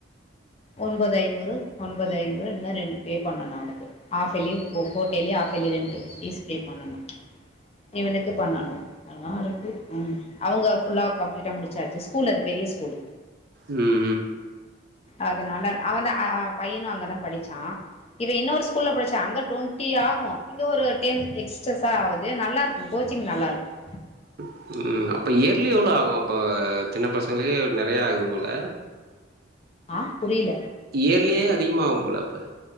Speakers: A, on the left; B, on the right.
A: ஒன்பது ஐநூறு ஒன்பது ஐநூறு ரெண்டு பே பண்ணனும் அவளுக்கு ஆஃப்வேலி கோட்டலி ஆஃப்வேலி ரெண்டு வீஸ் பே பண்ணனும் இவனுக்கு பண்ணணும் எல்லா இருக்கு ம் அவங்க ஃபுல்லா கம்ப்ளீட்டா முடிச்சாச்சு ஸ்கூல் அது பெரிய ஸ்கூல்
B: உம்
A: அதனால அவன் தா பையனும் அங்கதா படிச்சா இவ யுன்னொரு ஸ்கூல்ல படிச்சா அங்க டுவெண்ட்டி ஆகும் இங்க ஒரு டென் எக்சஸ்சா ஆவுது நல்லா இருக் கும் கோச்சிங் நல்லா இருக்கும்
B: உம் ம் அப்ப இயர்லி எவ்ளோ ஆகும் அப்ப சின்ன பசங்களுக்கே நெறைய ஆகுது போல
A: ஆ புரியல
B: இயர்லியே அதிகமாவு போல அப்ப